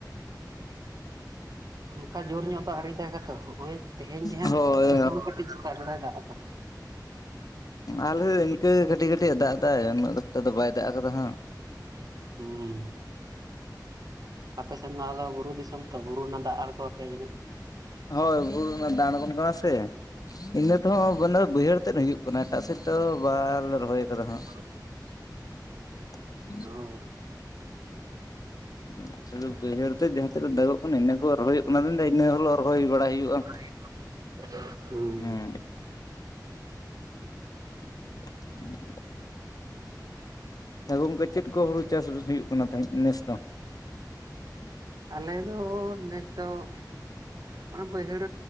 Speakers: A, on the right (about 60°); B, on the left (about 55°).
A: ᱚᱱᱠᱟ ᱡᱳᱨ ᱧᱚᱜ ᱫᱚ ᱟᱹᱣᱨᱤ ᱫᱟᱜᱟ ᱛᱚ ᱱᱚᱜᱼᱚᱭ ᱛᱮᱦᱮᱧ ᱜᱮᱦᱟᱸᱜ
B: ᱦᱳᱭ
A: ᱟᱞᱮ ᱥᱮᱫ ᱠᱚᱦᱚᱸ ᱠᱟᱹᱴᱤᱡ ᱥᱮᱛᱟᱜ ᱵᱮᱲᱟᱭ ᱫᱟᱜ ᱟᱠᱟᱫᱟ᱾
B: ᱟᱞᱮ ᱤᱱᱠᱟᱹᱜ ᱠᱟᱹᱴᱤᱡ ᱠᱟᱹᱴᱤᱡ ᱮ ᱫᱟᱜ ᱮᱫᱫᱟ ᱩᱱᱟᱹᱜ ᱮᱠᱴᱟ ᱫᱚ ᱵᱟᱭ ᱫᱟᱜ ᱟᱠᱟᱫᱟ ᱦᱟᱜ᱾
A: ᱦᱩᱸᱻ ᱟᱯᱮ ᱥᱮᱱ ᱢᱟ ᱟᱫᱚ ᱵᱩᱨᱩ ᱫᱤᱥᱚᱢ ᱛᱚ, ᱵᱩᱨᱩ ᱨᱮᱱᱟᱜ ᱫᱟᱜ ᱟᱬᱜᱚᱣᱟᱯᱮᱭᱟ ᱡᱟᱹᱱᱤᱡ?
B: ᱦᱳᱭ ᱵᱩᱨᱩ ᱨᱮᱱᱟᱜ ᱫᱟᱜ ᱟᱬᱜᱚᱱ ᱠᱟᱱᱟ ᱥᱮ᱾ ᱤᱱᱟᱹ ᱛᱮᱦᱚᱸ ᱢᱟᱱᱮ ᱵᱟᱹᱭᱦᱟᱹᱲ ᱛᱮᱫ ᱦᱩᱭᱩᱜ ᱠᱟᱱᱟ, ᱮᱴᱟᱜ ᱥᱮᱫ ᱛᱚ ᱵᱟᱞᱮ ᱨᱚᱦᱚᱭ ᱠᱟᱫᱟ ᱦᱟᱸᱜ᱾
A: <inaudible>
B: <inaudible>
A: ᱚ
B: <unintelligible> ᱵᱟᱹᱭᱦᱟᱹᱲ ᱛᱮ ᱡᱟᱦᱟᱸ ᱛᱤᱱᱟᱹᱜ ᱫᱟᱜᱚᱜ ᱠᱟᱱᱟ ᱤᱱᱟᱹ ᱠᱚ ᱨᱚᱦᱚᱭ ᱦᱩᱭᱩᱜ ᱠᱟᱱᱟ ᱟᱫᱚ ᱢᱮᱱ ᱫᱟᱭ ᱤᱱᱟᱹ ᱦᱚᱞᱮ ᱨᱚᱦᱚᱭ ᱵᱟᱲᱟᱭ ᱦᱩᱭᱩᱜᱼᱟ᱾
A: <inaudible> ᱦᱩᱸ
B: ᱦᱮᱸ <inaudible> ᱦᱮᱸ ᱜᱚᱝᱠᱮ ᱪᱮᱫ ᱠᱚ ᱦᱩᱲᱩ ᱪᱟᱥ ᱦᱩᱭᱩᱜ ᱠᱟᱱᱟ ᱛᱟᱦᱮᱸᱫ ᱱᱮᱥ ᱫᱚ?
A: ᱟᱞᱮ ᱫᱚ ᱱᱮᱥᱫᱚ ᱚᱱᱟ ᱵᱟᱹᱭᱦᱟᱹᱲ